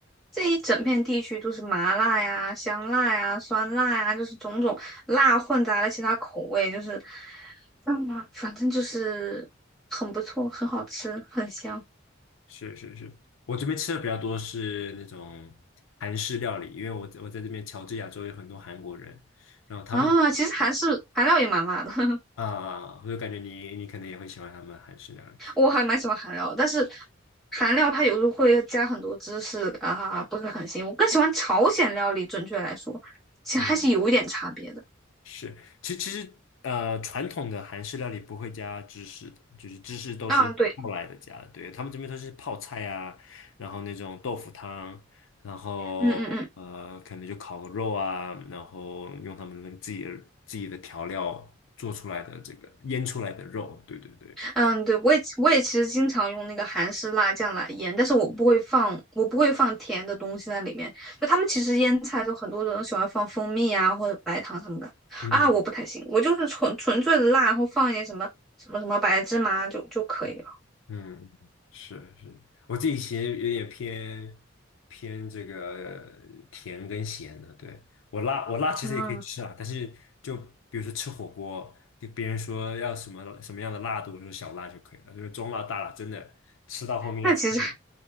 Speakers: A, in the centre; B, on the left.
A: 这一整片地区都是麻辣呀、香辣呀、酸辣呀，就是种种辣混杂了其他口味，就是，嗯，反正就是很不错，很好吃，很香
B: 是是是是，我这边吃的比较多是那种韩式料理，因为我在我在这边乔治亚州有很多韩国人，然后他们也
A: 啊。其实韩式韩料也蛮辣的，<laughs>
B: 啊，我就感觉你你可能也会喜欢他们韩式料理，
A: 我还蛮喜欢韩料，但是韩料它有时候会加很多芝士啊，不是很行。我更喜欢朝鲜料理，准确来说，其实还是有一点差别的。
B: 嗯。是，其其实呃，传统的韩式料理不会加芝士的，就是芝士都是后来的加的。
A: 嗯，对，
B: 对，他们这边都是泡菜啊，然后那种豆腐汤，然后呃，
A: 嗯嗯嗯
B: 可能就烤个肉啊，然后用他们那个自己的自己的调料做出来的这个腌出来的肉。对对对，
A: 嗯，对，我也我也其实经常用那个韩式辣酱来腌，但是我不会放我不会放甜的东西在里面。就他们其实腌菜的时候，很多人喜欢放蜂蜜啊或者白糖什么的啊，
B: 嗯
A: 我不太行，我就是纯纯粹的辣，然后放一点什么什么什么白芝麻就就可以了。
B: 嗯，是是，我自己其实有点偏偏这个甜跟咸的。对，我辣，我辣其实也可以吃啊，
A: 嗯，
B: 但是就比如说吃火锅，跟别人说要什么什么样的辣度，就说小辣就可以了，就是中辣、大辣，真的吃到后面也吃不了
A: 那其实